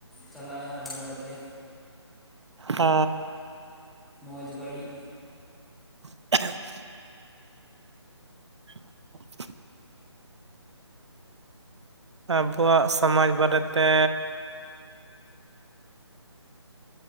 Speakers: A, in the centre; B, on the right (about 70°).
A: ᱪᱟᱞᱟᱜᱼᱟ ᱚᱱᱟ ᱵᱟᱨᱮᱛᱮ᱾
B: ᱚᱻ
A: ᱢᱚᱡᱽ ᱵᱟᱹᱲᱤᱡ
B: <unintelligible> <unintelligible> ᱟᱵᱚᱣᱟᱜ ᱥᱚᱢᱟᱡᱽ ᱵᱟᱨᱮ ᱛᱮ